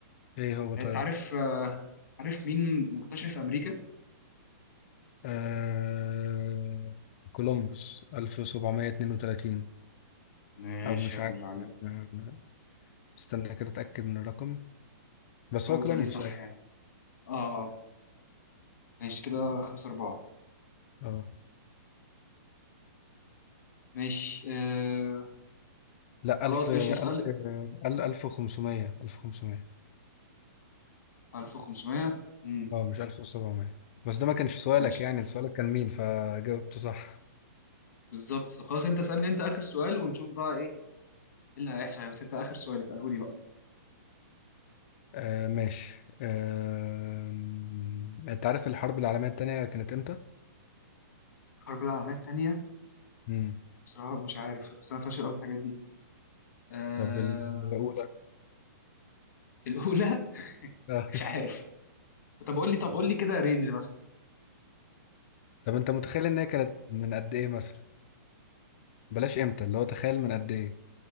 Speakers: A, on the left; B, on the left.
A: ايه هو
B: يعني
A: طيب
B: انت عارف آه، عارف مين مكتشف امريكا
A: آه... كولومبوس 1732
B: ماشي
A: او مش
B: يا
A: عارف
B: ابن اللعيب
A: يعني أنا- استنى كده اتاكد من الرقم بس
B: بس هو
A: هو
B: بيتهيألي
A: كولومبوس
B: صح
A: أيوة.
B: يعني اه اه ماشي كده خمسة أربعة
A: اه
B: ماشي آه
A: لا
B: خلاص
A: ألف ألف
B: ماشي اسأل
A: ألف 1500 1500
B: 1500 امم
A: اه مش 1700 بس ده ما كانش سؤالك
B: ماشي
A: يعني سؤالك كان مين فجاوبته صح
B: بالظبط طب خلاص انت اسألني انت آخر سؤال ونشوف بقى ايه إيه اللي هيحصل بس انت آخر سؤال اسأله لي بقى
A: آه ماشي آه انت عارف الحرب العالمية التانية كانت امتى؟
B: الحرب العالمية التانية
A: مم.
B: بصراحة مش عارف بس أنا فاشل أوي في الحاجات دي آه
A: طب الأولى
B: الأولى <laughs>
A: آه.
B: مش عارف طب قول لي طب قول لي كده رينج مثلا
A: <laughs> طب انت متخيل ان هي كانت من قد ايه مثلا؟ بلاش امتى اللي هو تخيل من قد ايه؟